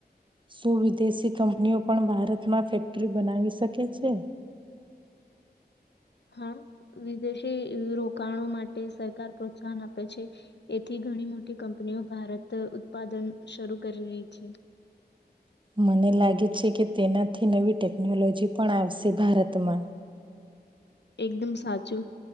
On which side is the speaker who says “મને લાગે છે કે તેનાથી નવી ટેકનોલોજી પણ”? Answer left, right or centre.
Right